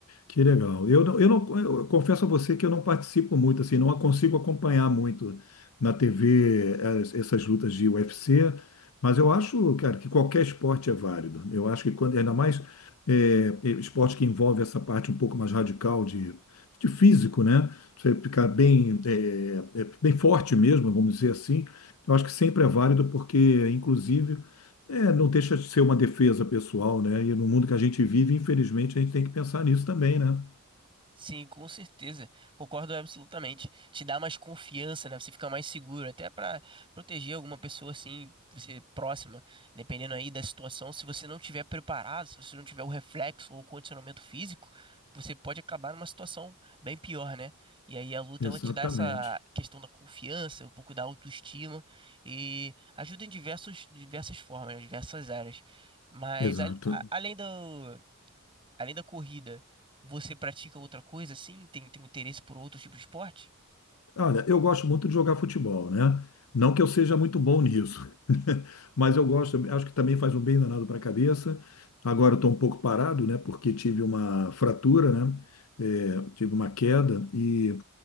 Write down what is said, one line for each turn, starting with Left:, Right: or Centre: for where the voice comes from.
Left: Que legal. Eu, não- eu não, eu confesso a você que eu não participo muito, assim, não consigo acompanhar muito na TV as- essas lutas de UFC, mas eu acho, cara, que qualquer esporte é válido. Eu acho que quando, ainda mais é, esporte que envolve essa parte um pouco mais radical de, de físico, né? Você ficar bem, é, é, bem forte mesmo, vamos dizer assim. Eu acho que sempre é válido porque, inclusive é, não deixa de ser uma defesa pessoal, né? E no mundo que a gente vive, infelizmente, a gente tem que pensar nisso também, né?
Right: Sim, com certeza. Concordo absolutamente. Te dá mais confiança, né? Você fica mais seguro, até pra proteger alguma pessoa assim, você próxima, dependendo aí da situação. Se você não tiver preparado, se você não tiver o reflexo ou o condicionamento físico, você pode acabar numa situação bem pior, né? E aí a luta
Left: Exatamente.
Right: ela te dá essa questão da confiança, um pouco da autoestima e ajuda em diversos, diversas formas, né? Diversas áreas. Mas
Left: Exato.
Right: a- a- além do Além da corrida, você pratica outra coisa assim? Tem, tem interesse por outros tipos de esporte?
Left: Olha, eu gosto muito de jogar futebol, né? Não que eu seja muito bom nisso, <laughs> mas eu gosto, acho que também faz um bem danado para a cabeça. Agora eu estou um pouco parado, né? Porque tive uma fratura, né? É, tive uma queda e